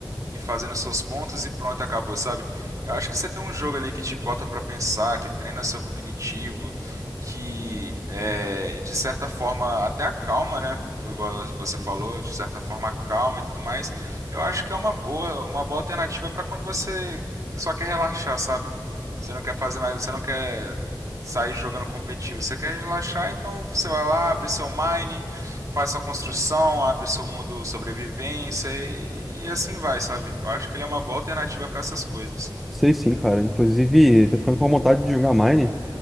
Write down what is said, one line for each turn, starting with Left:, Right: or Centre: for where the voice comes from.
Right: e fazendo seus pontos e pronto, acabou, sabe? Eu acho que você tem um jogo ali que te bota pra pensar, que treina seu cognitivo, que é, de certa forma até acalma, né? igual você falou, de certa forma calma e tudo mais, eu acho que é uma boa, uma boa alternativa para quando você só quer relaxar, sabe? Você não quer fazer mais, você não quer sair jogando competitivo, você quer relaxar, então você vai lá, abre seu mine, faz sua construção, abre seu mundo sobrevivência e, e assim vai, sabe? Eu acho que ele é uma boa alternativa para essas coisas.
Centre: Sei sim, cara. Inclusive, tô ficando com vontade de jogar Mine.